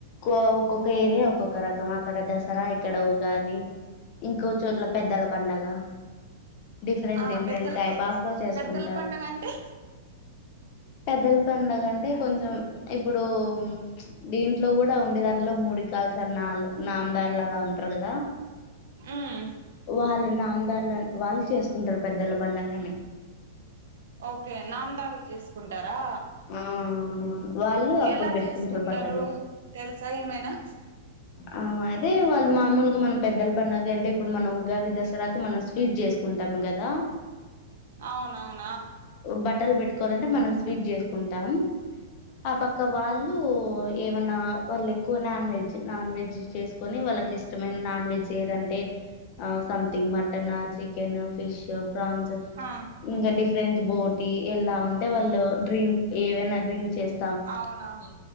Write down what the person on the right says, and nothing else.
ఆ
పెద్దల
ప
పెద్దల పండగ అంటే
ఉమ్
ఓకే నాందారులు చేసుకుంటారా
ఎలా
చేసుకుంటారు
తెలుసా ఏమైనా
అవునవును
ఆ
అవునవును